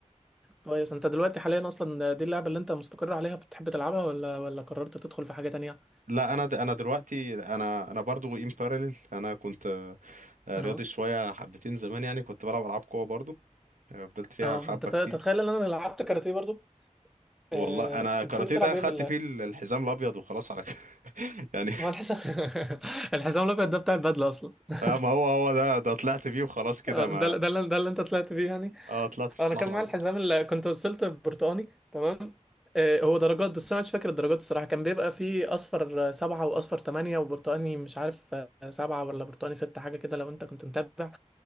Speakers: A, in the centre; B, on the right.
A: كويس انت دلوقتي حاليا اصلا دي اللعبه اللي انت مستقر عليها بتحب تلعبها ولا ولا قررت تدخل في حاجه تانية
B: لا انا د- انا دلوقتي انا انا برضو ان باراليل انا كنت آه،
A: اه
B: رياضي شوية حبتين زمان يعني كنت بلعب العاب قوة برضو آه، فضلت فيها
A: اه
B: حبة
A: انت ت-
B: كتير
A: تتخيل ان انا لعبت كاراتيه برضو
B: والله
A: آه.
B: انا كاراتيه
A: انت كنت بتلعب
B: ده خدت
A: ايه في ال
B: فيه ال- الحزام الابيض وخلاص على كده <laughs> يعني
A: ما الحزام <laughs> الحزام الابيض ده بتاع البدله اصلا <laughs>
B: آه، ما هو هو ده ده طلعت فيه وخلاص كده
A: آه،
B: ما
A: ده ده اللي ده اللي انت طلعت فيه يعني
B: اه طلعت في السلاح
A: آه، انا كان
B: الابيض
A: معايا الحزام اللي كنت وصلت برتقاني تمام آه، هو درجات بس انا مش فاكر الدرجات الصراحه كان بيبقى فيه اصفر آه، سبعة واصفر تمانية وبرتقاني مش عارف آه، سبعة ولا برتقاني ستة حاجه كده لو انت كنت متابع